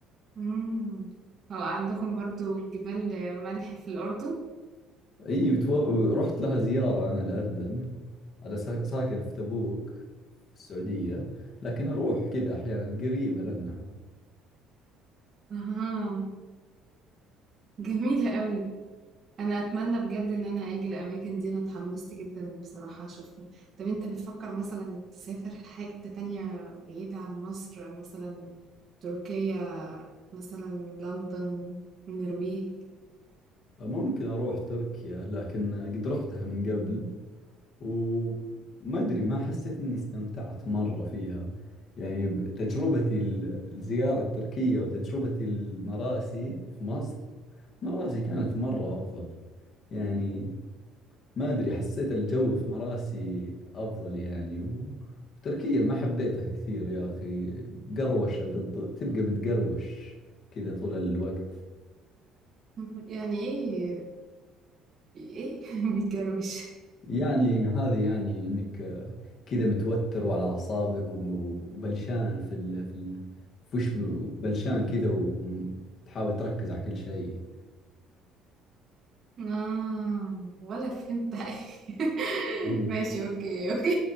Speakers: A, on the right (about 45°); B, on the left (about 50°).
A: امم هو عندكم برضو جبال ملح في الأردن
B: اي بتو... رحت لها زيارة انا الاردن انا سا- ساكن في تبوك في السعودية لكن اروح كذا احيانا قريبة لانها
A: اها جميلة قوي انا اتمنى بجد ان انا اجي الاماكن دي انا اتحمست جدا بصراحة اشوفها طب انت بتفكر مثلا تسافر حاجة تانية بعيدة عن مصر مثلا تركيا مثلا لندن النرويج
B: ممكن اروح تركيا لكن قد رحتها من قبل وما ادري ما حسيت اني استمتعت مرة فيها يعني ب- تجربتي ال- الزيارة التركية وتجربتي المراسي في مصر مراسي كانت مرة افضل يعني ما أدري حسيت الجو في مراسي أفضل يعني و- وتركيا ما حبيتها كثير يا أخي قروشة بالض... تبقى متقروش كذا طول الوقت
A: <laughs> يعني إيه إيه <laughs> بيكروش
B: يعني هذه يعني إنك آه، كذا متوتر وعلى أعصابك وم- وبلشان في ال... في ال... في وش ب- بلشان كذا وتحاول تركز على كل شيء
A: آه ولا فهمت حاجة. <laughs>
B: إيه.
A: ماشي أوكي أوكي